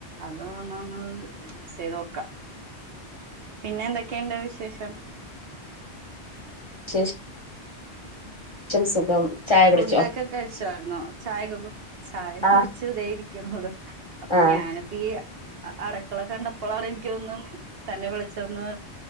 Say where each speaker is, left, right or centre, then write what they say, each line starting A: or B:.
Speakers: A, on the right; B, on the left.
A: അത് വന്ന് ഒന്ന് യൂസ് ചെയ്തോക്കാം പിന്നെ എന്തൊക്കെയുണ്ട് വിശേഷം
B: ചച <unintelligible> പക്ഷം സുഖം ചായ
A: ഫുഡൊക്കെ
B: കുടിച്ചോ
A: കഴിച്ചായിരുന്നോ ചായൊക്കെ ചായ കുടിച്ചു
B: ആഹ്
A: ഇതേ ഇരിക്കിണോ ള്ള് അപ്പൊ
B: ആഹ്
A: ഞാൻ ഈ അട്ക്കള കണ്ടപ്പോളാണ് എനിക്കൊന്ന തന്നെ വിളിച്ചന്ന്